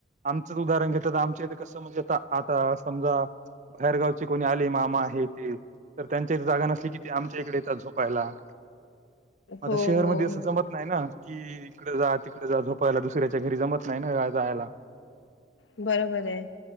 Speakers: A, on the right (about 40°); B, on the left (about 85°).
A: आमचंच उदाहरण घेतल तर, आमच्या इथे कसं म्हणजे आता. आता समजा बाहेरगावची कोणी आले मामा हे ते तर त्यांच्या हित जागा नसली की ते आमच्या इकडे येतात झोपायला. आता
B: हो
A: शहरमध्ये अस
B: हो
A: जमत नाही ना. कि इकडे जा तिकडे जा झोपायला दुसऱ्याच्या घरी जमत नाही ना जायला.
B: बरोबर आहे